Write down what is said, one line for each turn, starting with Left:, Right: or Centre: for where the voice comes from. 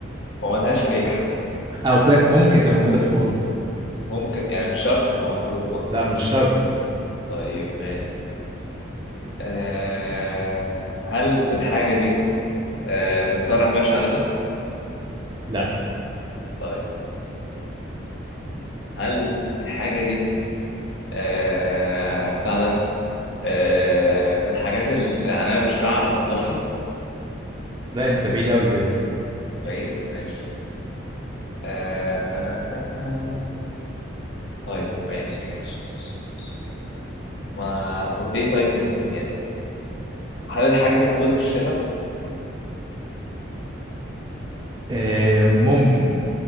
Left: وملهاش ريحة
Right: انا قلت لك ممكن تبقى موجوده في الاوضه
Left: ممكن يعني مش شرط تبقى موجودة في الأوضة
Right: لا مش شرط
Left: طيب ماشي أه هل الحاجة دي أه بنسرح بيها شعرنا؟
Right: لا
Left: طيب هل الحاجة دي أه بتاع ده أه من الحاجات اللي عليها بالشعر أو البشرة؟
Right: لا انت بعيد قوي كده
Left: بعيد ماشي أه أه أه أه. آه. طيب ماشي ماشي ماشي ماشي. ما طب إيه طيب بنس... يعني هل الحاجة دي موجودة في الشارع؟
Right: آه ممكن